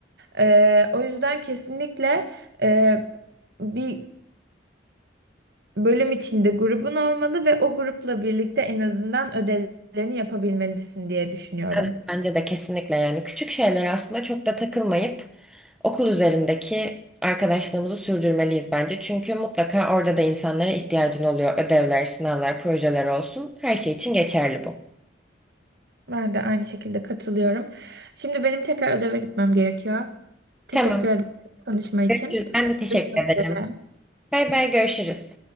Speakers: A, on the right; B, in the centre.
A: Ee, o yüzden kesinlikle e, bir Bölüm içinde grubun olmalı ve o grupla birlikte en azından ödevlerini yapabilmelisin diye düşünüyorum.
B: Evet, bence de kesinlikle yani küçük şeylere aslında çok da takılmayıp okul üzerindeki arkadaşlığımızı sürdürmeliyiz bence. Çünkü mutlaka orada da insanlara ihtiyacın oluyor. Ödevler, sınavlar, projeler olsun. Her şey için geçerli bu.
A: Ben de aynı şekilde katılıyorum. Şimdi benim tekrar ödeve gitmem gerekiyor. Teşekkür
B: Tamam.
A: ederim konuşma için.
B: Görüşürüz. Ben de teşekkür
A: Görüşmek
B: ederim.
A: üzere.
B: Bay bay görüşürüz.